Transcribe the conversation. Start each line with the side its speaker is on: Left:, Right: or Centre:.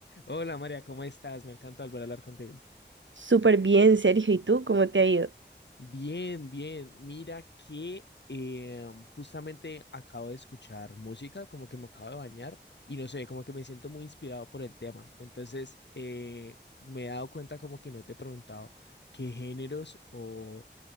Left: Hola María, ¿cómo estás? Me encanta volver a hablar contigo.
Right: Súper bien, Sergio. ¿Y tú cómo te ha ido?
Left: Bien, bien. Mira que eh, justamente acabo de escuchar música, como que me acabo de bañar y no sé, como que me siento muy inspirado por el tema. Entonces, eh, me he dado cuenta como que no te he preguntado qué géneros o